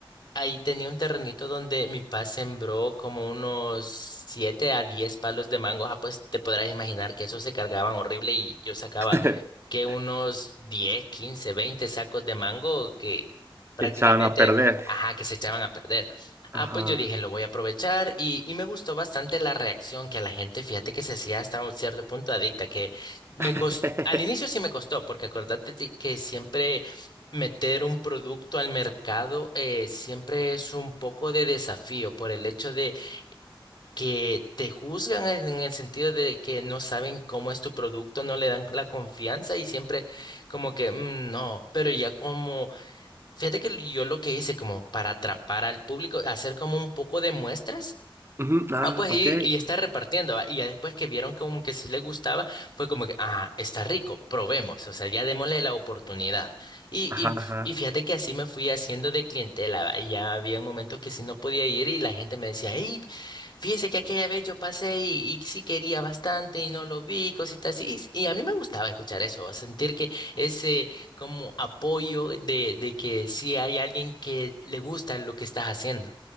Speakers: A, on the left; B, on the right.
A: Ahí tenía un terrenito donde mi papá sembró como unos 7 a 10 palos de mango. Ah, pues te podrás imaginar que esos se cargaban horrible y yo sacaba
B: <laughs>
A: que unos 10, 15, 20 sacos de mango que prácticamente,
B: echaron a perder?
A: ajá, que se echaban a perder.
B: Ajá.
A: Ah, pues yo dije, lo voy a aprovechar y, y me gustó bastante la reacción que a la gente, fíjate que se hacía hasta un cierto punto adicta, que me
B: <laughs>
A: cos- al inicio sí me costó, porque acordate de que siempre Meter un producto al mercado eh, siempre es un poco de desafío por el hecho de que te juzgan en en el sentido de que no saben cómo es tu producto, no le dan la confianza y siempre como que "Mm, no, pero ya como, fíjate que yo lo que hice como para atrapar al público, hacer como un poco de muestras.
B: Ujú, Ah,
A: Ah, pues
B: ok.
A: y, y está repartiendo, ¿va? Y ya después que vieron como que sí le gustaba, fue como que, ah, está rico, probemos, o sea, ya démosle la oportunidad. Y,
B: Ajá,
A: y,
B: ajá.
A: y fíjate que así me fui haciendo de clientela, ¿va? Y ya había momentos que sí no podía ir y la gente me decía, hey, fíjese que aquella vez yo pasé y, y sí quería bastante y no lo vi, cositas así. Y a mí me gustaba escuchar eso, ¿va? sentir que ese como apoyo de, de que sí hay alguien que le gusta lo que estás haciendo.